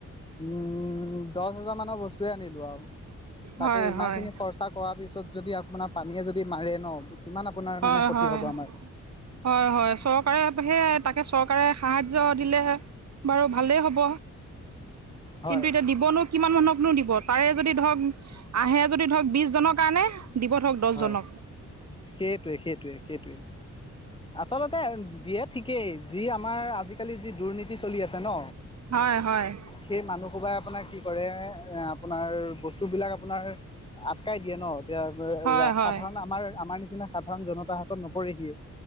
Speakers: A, on the left (about 15°); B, on the right (about 60°).
A: উম, দছ হাজাৰ মানৰ বস্তুয়ে আনিলোঁ আৰু তাকে
B: হয়
A: ইমান
B: হয়
A: খিনি খৰচা কৰা পিছত যদি আপোনাৰ পানীয়ে যদি মাৰে ন' কিমান আপোনাৰ মানে
B: অয়
A: ক্ষতি
B: হয়।
A: হ'ব আমাৰ
B: হয়-হয় চৰকাৰে সেয়া তাকে চৰকাৰে সাহাৰ্য দিলেহে বাৰু ভালেই হ'ব
A: হয়
B: কিন্তু এতিয়া দিবনো কিমান মানুহকনো দিব তাৰে যদি ধৰক আহে যদি ধৰক বিছজনৰ কাৰণে দিব ধৰক দহজনক
A: হয় সেইটোৱে, সেইটোৱে, সেইটোৱে। আচলতে দিয়ে ঠিকেই যি আমাৰ আজিকালি যি দুৰ্নীতি চলি আছে ন'
B: হয়-হয়।
A: সেই মানুহসোবাই আপোনাৰ কি কৰে এ আপোনাৰ বস্তু বিলাক আপোনাৰ আটকাই দিয়ে ন' এতিয়া ৰা
B: হয় হয়
A: সাধাৰণ আমাৰ, আমাৰ নিচিনা সাধাৰণ জনতা হাতত নপৰেহি